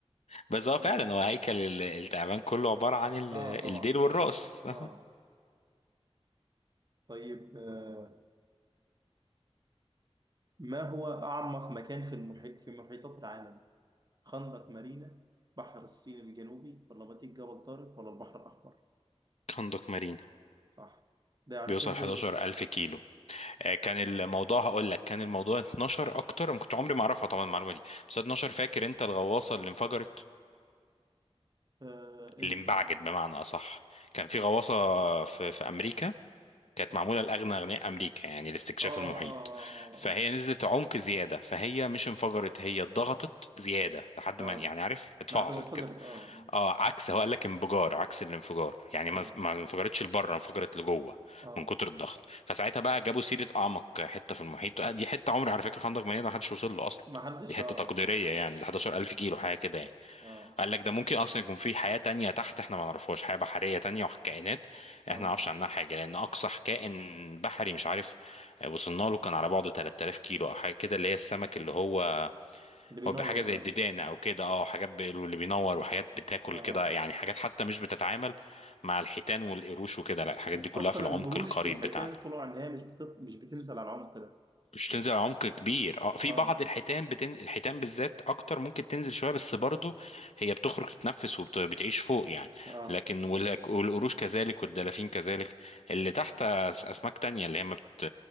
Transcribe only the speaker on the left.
بس
هو فعلا
هو هيكل ال- التعبان كله عباره عن ال-
الديل
والراس
<laughs> كندق مارين
بيوصل
11000
كيلو آه، كان الموضوع هقول لك كان الموضوع 12 اكتر انا كنت عمري ما اعرفها طبعا المعلومه دي بس 12 فاكر انت الغواصه اللي انفجرت
اللي انبعجت
بمعنى اصح كان في غواصه في في امريكا كانت
معمولة لأغنى أغنياء أمريكا يعني لاستكشاف
المحيط فهي
نزلت عمق زيادة فهي مش انفجرت هي اتضغطت زيادة لحد
ما يعني
عارف اتفعصت
كده
اه عكس هو قال لك انفجار عكس الانفجار يعني
ما
ما انفجرتش لبره انفجرت لجوه
من كتر الضغط فساعتها بقى جابوا سيرة أعمق حتة في المحيط آه، دي حتة عمري على فكرة خندق مليان ما حدش وصل له أصلا
دي حتة
تقديرية
يعني 11000 كيلو حاجة كده يعني
قال لك ده ممكن اصلا يكون في حياه تانية تحت احنا ما نعرفهاش حياه بحريه تانية وكائنات
احنا ما نعرفش عنها حاجه لان اقصى كائن بحري مش عارف آه، وصلنا له كان على بعده 3000 كيلو او حاجه كده اللي هي السمك اللي هو
هو بحاجه زي
الديدانه او كده اه حاجات ب- اللي بينور وحاجات بتاكل
كده يعني حاجات حتى مش بتتعامل مع الحيتان والقروش وكده لا الحاجات
دي كلها
في العمق
القريب
بتاعنا
مش تنزل على عمق كبير اه في
بعض الحيتان بتن... الحيتان بالذات اكتر ممكن تنزل شويه بس برضو هي بتخرج تتنفس وبتعيش فوق يعني
لكن والأك- والقروش كذلك والدلافين كذلك اللي تحت أس- اسماك تانية اللي هي ما بت...